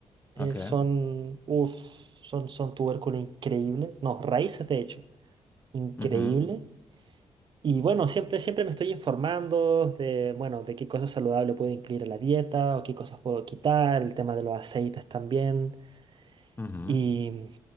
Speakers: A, on the right (about 55°); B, on the left (about 20°).
A: eh,
B: ok,
A: son, uf, son, son tubérculo increíble. No, raíces de hecho, increíble.
B: ujú,
A: Y bueno, siempre, siempre me estoy informando de, bueno, de qué cosas saludables puedo incluir en la dieta o qué cosas puedo quitar, el tema de los aceites también.
B: ujú.
A: Y,